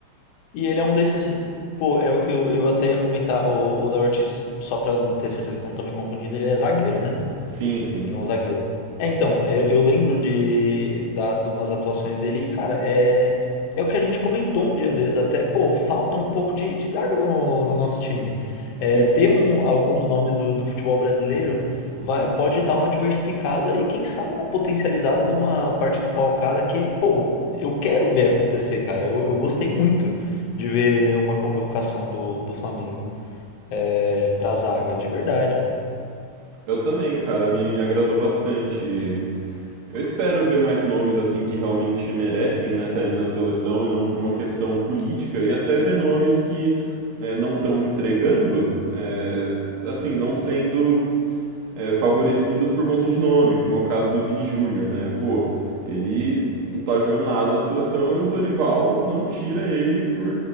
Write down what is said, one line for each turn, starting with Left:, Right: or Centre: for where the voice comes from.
Left: E ele é um desses. Pô, é o que eu, eu até ia comentar. O, o Léo Ortiz, só pra ter certeza que eu não tô me confundindo, ele é zagueiro, né?
Right: Sim, sim.
Left: Ele é um zagueiro. É, então, é, eu, eu lembro de, da, de umas atuações dele e, cara, é, é o que a gente comentou um dia desses até, pô, falta um pouco de, de zaga no, no nosso time.
Right: Sim,
Left: É, ter um, alguns nomes do, do futebol brasileiro vai, pode dar uma diversificada e, quem sabe, uma potencializada numa parte desfalcada que, pô, eu quero ver acontecer, cara. Eu, eu gostei muito de ver uma convocação do, do Flamengo é, pra zaga, de verdade.
Right: eu também, cara. Me, me agradou bastante Eu espero ver mais nomes assim que realmente merecem, né, estar ali na seleção e não por uma questão política e até ver nomes que é, não estão entregando, é, assim, não sendo é, favorecidos por conta de nome, como é o caso do Vini Júnior, né? Pô, ele não tá jogando nada na seleção e o Dorival não tira ele por,